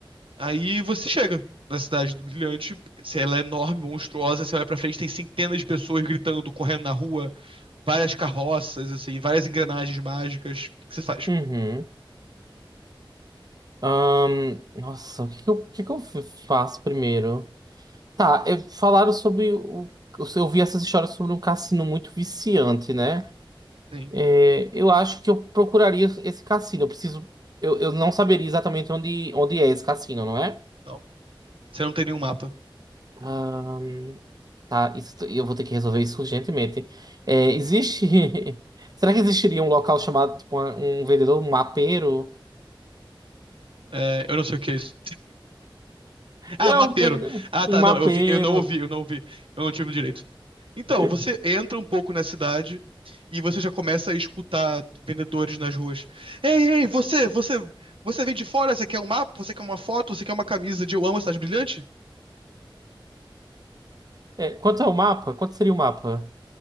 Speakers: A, on the right; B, on the right.
A: Aí você chega na cidade do Brilhante, se ela é enorme, monstruosa, você olha pra frente, tem centenas de pessoas gritando, correndo na rua, várias carroças, assim, várias engrenagens mágicas. O que que você faz?
B: Uhum. Ahn, nossa, o que que eu, o que que eu f- faço primeiro? Tá, é, falaram sobre o, eu vi essas histórias sobre um cassino muito viciante, né?
A: Sim.
B: É, eu acho que eu procuraria esse cassino. Eu preciso. Eu, eu não saberia exatamente onde, onde é esse cassino, não é?
A: Não. Você não tem nenhum mapa.
B: Ah, tá, isso, eu vou ter que resolver isso urgentemente. É, existe. <laughs> Será que existiria um local chamado, tipo, um vendedor, um mapeiro?
A: É, eu não sei o que é isso. Ah,
B: Não,
A: mapeiro. Ah, tá.
B: um mapeiro.
A: Não, eu vi, eu não ouvi, eu não ouvi. Eu não tive direito. Então,
B: <laughs>
A: você entra um pouco na cidade e você já começa a escutar vendedores nas ruas. Ei, ei, você, você, você vem de fora? Você quer um mapa? Você quer uma foto? Você quer uma camisa de Eu Amo a Cidade Brilhante?
B: É, quanto é o mapa? Quanto seria o mapa?